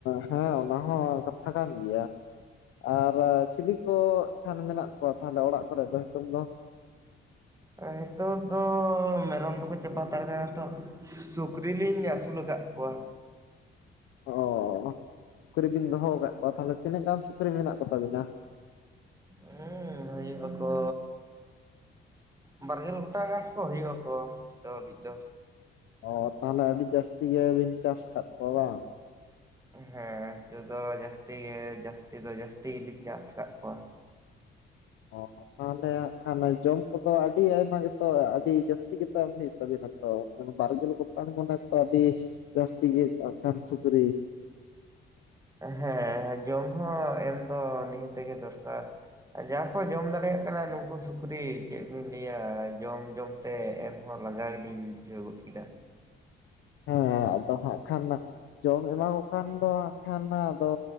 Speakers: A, on the left; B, on the right.
A: ᱦᱮᱸ ᱚᱱᱟ ᱦᱚᱸ ᱠᱟᱛᱷᱟ ᱠᱟᱱ ᱜᱮᱭᱟ ᱟᱨ ᱪᱤᱞᱤ ᱠᱚ ᱠᱷᱟᱱ ᱢᱮᱱᱟᱜ ᱠᱚᱣᱟ ᱛᱟᱦᱞᱮ ᱚᱲᱟᱜ ᱠᱚᱨᱮᱜ ᱫᱚ ᱦᱮᱛᱳᱝ ᱫᱚ
B: ᱦᱮᱛᱳᱜ ᱫᱚ ᱢᱮᱨᱚᱢ ᱫᱚᱠᱚ ᱪᱟᱵᱟ ᱦᱟᱛᱟᱲ ᱠᱟᱱᱟ ᱛᱚ ᱥᱩᱠᱨᱤ ᱞᱤᱧ ᱟᱹᱥᱩᱞ ᱠᱟᱜ ᱠᱚᱣᱟ
A: ᱚ ᱥᱩᱠᱨᱤ ᱵᱤᱱ ᱫᱚᱦᱚ ᱠᱟᱜ ᱠᱚᱣᱟ ᱛᱟᱦᱞᱮ ᱛᱤᱱᱟᱹᱜ ᱜᱟᱱ ᱥᱩᱠᱨᱤ ᱢᱮᱱᱟᱜ ᱠᱚ ᱛᱟᱵᱤᱱᱟ
B: ᱦᱩᱸ ᱦᱳᱭᱳᱜ ᱟᱠᱚ ᱵᱟᱨᱜᱮᱞ ᱜᱚᱴᱟᱝ ᱜᱟᱱ ᱠᱚ ᱦᱳᱭᱳᱜ ᱟᱠᱚ ᱦᱤᱛᱳᱜ ᱦᱟᱹᱵᱤᱡ ᱫᱚ
A: ᱚ ᱛᱟᱦᱞᱮ ᱟᱹᱰᱤ ᱡᱟᱹᱥᱛᱤ ᱜᱮᱵᱤᱱ ᱪᱟᱥ ᱠᱟᱫ ᱠᱚᱣᱟ ᱵᱟᱝ
B: ᱦᱮᱸ ᱦᱤᱛᱳᱜ ᱫᱚ ᱡᱟᱹᱥᱛᱤ ᱜᱮ ᱡᱟᱹᱥᱛᱤ ᱫᱚ ᱡᱟᱹᱥᱛᱤ ᱜᱤᱵᱤᱱ ᱪᱟᱥ ᱠᱟᱜ ᱠᱚᱣᱟ?
A: ᱚ ᱛᱟᱦᱞᱮ ᱦᱟᱸᱜ ᱠᱷᱟᱱ ᱡᱚᱢ ᱠᱚᱫᱚ ᱟᱹᱰᱤ ᱟᱭᱢᱟ ᱜᱮᱛᱚ ᱟᱹᱰᱤ ᱡᱟᱹᱥᱛᱤ ᱜᱮᱛᱚ ᱮᱢ ᱦᱩᱭᱩᱜ ᱛᱟᱵᱤᱱᱟ ᱛᱚ ᱢᱟᱱᱮ ᱵᱟᱨᱜᱮᱞ ᱠᱚᱴᱟᱱ ᱢᱟᱱᱮ ᱛᱚ ᱟᱹᱰᱤ ᱡᱟᱹᱥᱛᱤ ᱜᱮ ᱠᱷᱟᱱ ᱥᱩᱠᱨᱤ
B: ᱦᱮᱸ ᱡᱚᱢ ᱦᱚᱸ ᱮᱢ ᱫᱚ ᱱᱤᱦᱟᱹᱛ ᱜᱮ ᱫᱚᱨᱠᱟᱨ ᱾ ᱡᱟᱦᱟᱸ ᱠᱚ ᱡᱚᱢ ᱫᱟᱲᱮᱭᱟᱜ ᱠᱟᱱᱟ ᱱᱩᱠᱩ ᱥᱩᱠᱨᱤ ᱪᱮᱫ ᱵᱤᱱ ᱞᱟᱹᱭᱟ ᱡᱚᱢ ᱡᱚᱢ ᱛᱮ ᱮᱢᱦᱚᱸ ᱞᱟᱸᱜᱟ ᱜᱮᱞᱤᱧ ᱵᱩᱡᱷᱟᱹᱣ ᱜᱚᱫ ᱠᱮᱫᱟ
A: ᱦᱮᱸ ᱟᱫᱚ ᱦᱟᱸᱜ ᱠᱷᱟᱱ ᱡᱚᱢ ᱮᱢᱟ ᱠᱚ ᱠᱷᱟᱱ ᱫᱚ ᱦᱟᱸᱜ ᱠᱷᱟᱱ ᱟᱫᱚ